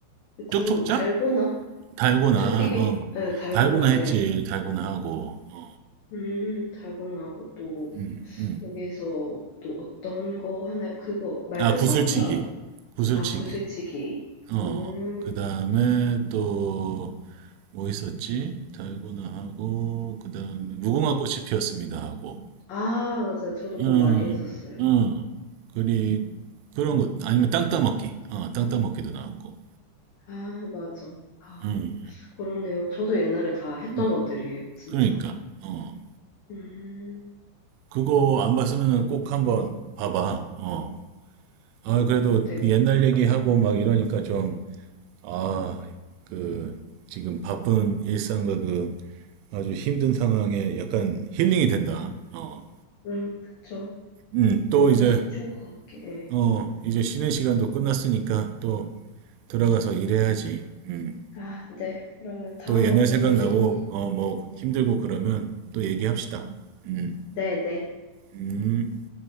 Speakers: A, on the left (about 70°); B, on the right (about 90°).
A: 구,
B: 쪽쪽자?
A: 달고나?
B: 달고나,
A: 즉, 이게,
B: 어,
A: 네, 달고나,
B: 달고나 했지,
A: 네.
B: 달고나 하고, 어,
A: 음, 달고나하고 또,
B: 응, 응.
A: 거기서 또 어떤 거 하나요? 그거, 말뚝박기?
B: 아, 구슬치기.
A: 아,
B: 구슬치기.
A: 아, 구슬치기.
B: 어,
A: 음,
B: 그 다음에 또, 뭐 있었지? 달고나 하고, 그 다음에, 무궁화 꽃이 피었습니다 하고,
A: 아, 맞아요. 저도 그거
B: 응,
A: 많이 했었어요.
B: 응, 그리, 그런 것, 아니면 땅 따먹기, 어, 땅 따먹기도 나왔고,
A: 아, 맞아. 아,
B: 응,
A: 그렇네요. 저도 옛날에 다 했던
B: 응.
A: 것들이에요, 진짜.
B: 그러니까, 어,
A: 음,
B: 그거 안 봤으면 꼭 한번 봐봐, 어. 아,
A: 어,
B: 그래도
A: 되게.
B: 그 옛날 얘기하고 막 이러니까 좀, 아, 그, 지금 바쁜 일상과 그 아주 힘든 상황에 약간 힐링이 된다, 어.
A: 음, 그쵸.
B: 음, 또
A: 가끔씩
B: 이제
A: 추억 관계. 예.
B: 어, 이제 쉬는 시간도 끝났으니까 또 들어가서 일해야지. 음.
A: 아, 네. 그러면 다음에
B: 또 옛날
A: 또
B: 생각나고,
A: 얘기.
B: 어, 뭐 힘들고 그러면 또 얘기합시다. 음.
A: 네, 네.
B: 음.